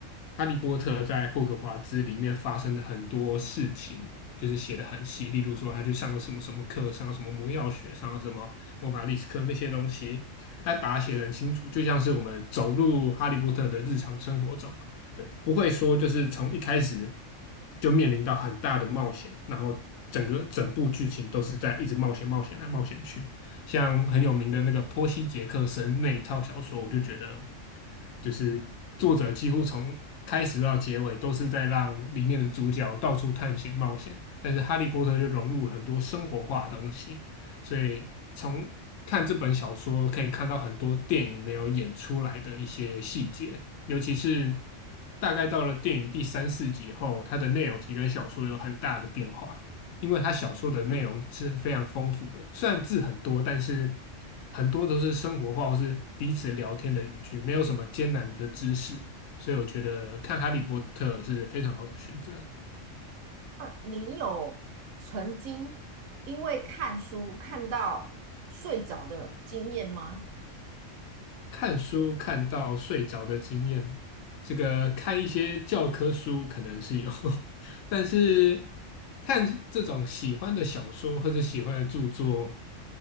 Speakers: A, on the left; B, on the right.
A: 《哈利波特》在霍格华兹里面发生的很多事情。就是写的很细，例如说他去上了什么什么课，上了什么魔药学，上了什么魔法历史课那些东西，他把它写的很清楚，就像是我们走入哈利波特的日常生活中，对，不会说就是从一开始就面临到很大的冒险，然后整个整部剧情都是在一直冒险、冒险来冒险去。像很有名的那个波西·杰克森那一套小说，我就觉得就是作者几乎从开始到结尾都是在让里面的主角到处探险冒险，但是《哈利波特》就融入了很多生活化的东西，所以从看这本小说可以看到很多电影没有演出来的一些细节，尤其是大概到了电影第三四集后，它的内容其实跟小说有很大的变化，因为它小说的内容是非常丰富的，虽然字很多，但是很多都是生活化或是彼此聊天的语句，没有什么艰难的知识，所以我觉得看《哈利波特》是非常好的选择。
B: 你有曾经因为看书看到睡着的经验吗？
A: 看书看到睡着的经验吗这个看一些教科书可能是有，<laughs> 但是看这种喜欢的小说或者喜欢的著作，